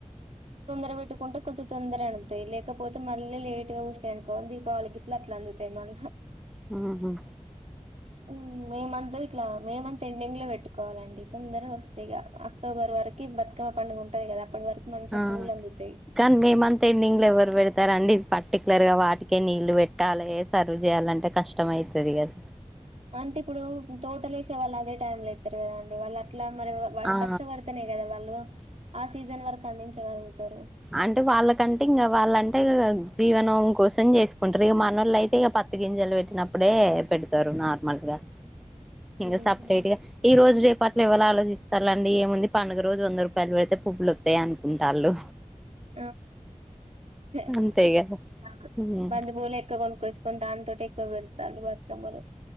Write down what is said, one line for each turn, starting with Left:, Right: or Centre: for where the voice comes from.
Right: తొందర పెట్టుకుంటే కొంచెం తొందర అంటతాయి లేకపోతే మళ్ళీ లేట్గా ఊయనుకోవి దీపవళికి లట్ల అందుతాయ్ మళ్ళా
Centre: హ్మ్ హు
Right: హ్మ్ మేమంత ఇట్లా మే మంత్ ఎండింగ్ లో పెట్టుకోవాలండి తొందర వస్థాయి ఇగ అక్టోబర్ వరకు బతుకమ పడుగ ఉంటుది కదా అప్పటి వరకు మంచి
Centre: ఆ
Right: పూల్ అందుతాయి
Centre: కానీ మేమంతా ఎండింగ్ లో ఎవరు పెడతారండి పర్టికులర్ గా వాటికే నీళ్ళలు పెట్టాలి సర్వ్ చేయాలంటే కష్టం అయ్తది కదా
Right: అంటే ఇప్పుడు తోటలు వేసే వాళ్ళుదే టై లో ఇస్తారు కదా అండి వాళ్ళు అట్ మరి వా
Centre: ఆ
Right: కష్టపడితేనే కదా వాళ్ళు ఆ సీజన్ వరకు అందించగలుగుతారు
Centre: అంటే వాళ్ళకంటే ఇంకా వాళ్ళంటే జీవనం కోసం అర్ధం చేసుకుంటారు ఇక మన వాళ్ళ అయితే ఇక పతు గింజలు పెట్టినప్పుడే పెడతారు నార్మల్ గా ఇకా
Right: ఉహు.
Centre: సపరేట్గా ఈ రోజు రేపట్ల ఎవరు ఆలోచిస్తాలండి ఏముంది పండుగ రోజు వంద రూపాయలు పెడితే పువులు వస్తాయి అనుకుంటాల్ ఆళ్ళు
Right: ఓ <inaudible>
Centre: అంతే కదా ఉమ్
Right: మందు పూలు ఎక్కువ కొనుకొవచ్చు కొ దాంతంతో ట ఎక్కువ పెరుత మరి